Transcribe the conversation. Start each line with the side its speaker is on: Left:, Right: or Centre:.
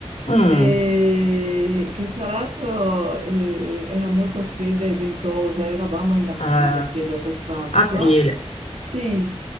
Left: Mm,
Right: eh, che tra l'altro eh, era molto fredda e ventosa, eravamo in aprile,
Left: eh,
Right: credo, per Pasqua.
Left: aprile,
Right: Sì,